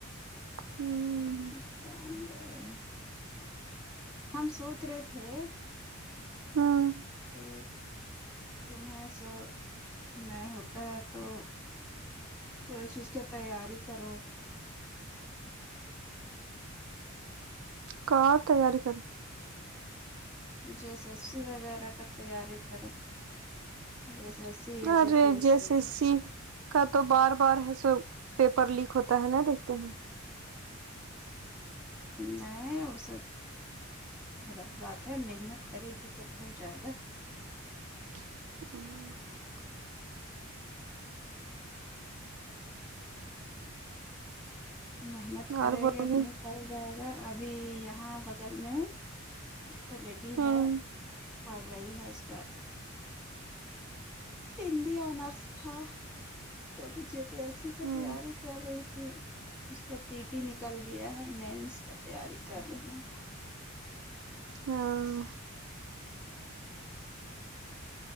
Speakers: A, on the right; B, in the centre.
A: ہوں
B: دکان گئے ہم سوچ رہے تھے
A: ہوں
B: کہ تم ہے سو نہیں ہوتا ہے تو کوئی چیز کا تیاری کرو
A: کا تیاری کر
B: جیسے ایسی وغیرہ کا تیاری کرو <unintelligible>
A: ارے جیسے سی کا تو بار بار ہے سو پیپر لیک ہوتا ہے نا دیکھتے ہیں
B: نئے ہو سب غلط بات ہے محنت کرے گی تب ہو جائے گا
A: <inaudible>
B: محنت کرے
A: اور بولیے
B: گے ا نکل جائے گا ابھی یہاں بغل میں کلیڈی
A: ہوں
B: ہے پڑھ رہی ہے اس کا ہندی آنرس تھا تو بی جے پی ای سی کا
A: ہوں
B: تیاری کر رہی تھی اس کا پیٹی نکل گیا ہے مینس کا تیاری کر رہی ہے
A: ہاں